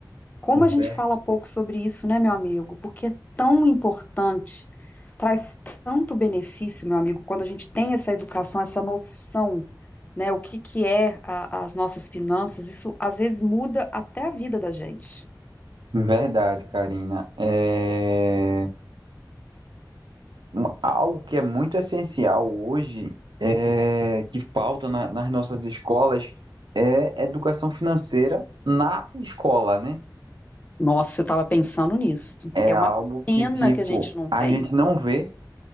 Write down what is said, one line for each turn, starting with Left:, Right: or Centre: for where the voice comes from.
Left: Como a gente
Right: Ver-
Left: fala pouco sobre isso, né, meu amigo? Porque é tão importante, traz tanto benefício, meu amigo, quando a gente tem essa educação, essa noção, né, o que que é a- as nossas finanças, isso às vezes muda até a vida da gente.
Right: Verdade, Karina. É... um- Algo que é muito essencial hoje, é... que falta na- nas nossas escolas, é educação financeira na escola, né?
Left: Nossa, eu estava pensando nisso.
Right: É
Left: É
Right: algo
Left: uma pena
Right: que, tipo,
Left: que a gente não
Right: a
Left: tem.
Right: gente não vê